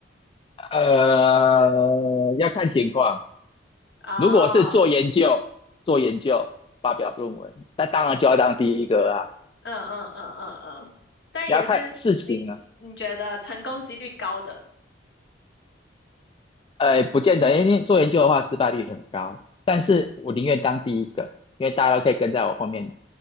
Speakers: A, on the left (about 25°); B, on the left (about 65°).
A: 呃，要看情况。
B: 哦，
A: 如果是做研究，做研究发表论文，那当然就要当第一个啊。
B: 嗯嗯嗯嗯嗯，但也是你你觉得成功几率高的
A: 你要看事情啊，呃，不见得，因为做研究的话失败率很高。但是我宁愿当第一个，因为大家都可以跟在我后面